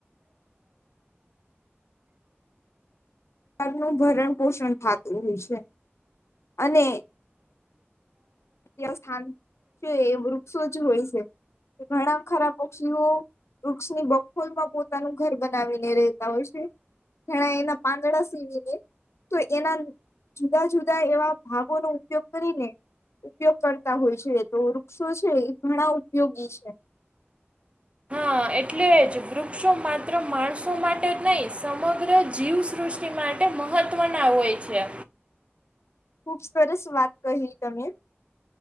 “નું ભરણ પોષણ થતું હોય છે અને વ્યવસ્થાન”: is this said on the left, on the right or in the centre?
Left